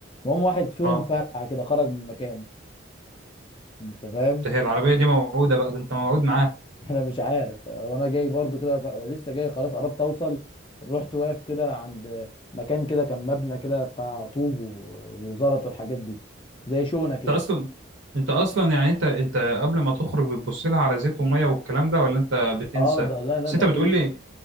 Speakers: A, on the left (about 25°); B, on the right (about 70°).
A: المهم واحد فيهم
B: اه
A: فرقع كده خرج من مكانه انت فاهم
B: ده هي العربية دي موعودة بقى ده انت موعود معاها
A: <laughs> انا مش عارف آه، وانا جاي برضو كده ف... لسه جاي خلاص قربت اوصل رحت واقف كده عند مكان كده كان مبنى كده بتاع طوب و- وزلط والحاجات دي زي شونه كده
B: انت اصلا انت اصلا يعني انت انت قبل ما تخرج بتبص لها على زيت ومية والكلام ده ولا انت بتنسى
A: اه ده لا لا
B: بس
A: ده
B: انت بتقول
A: كله
B: لي